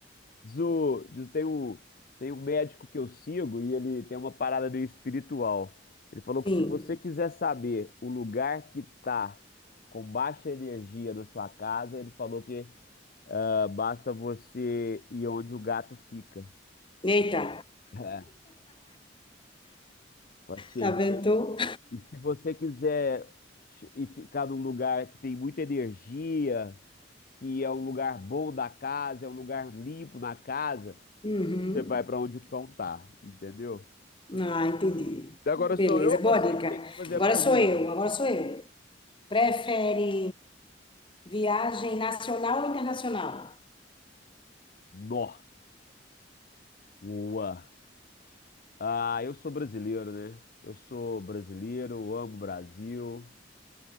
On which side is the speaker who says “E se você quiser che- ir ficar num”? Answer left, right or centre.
Left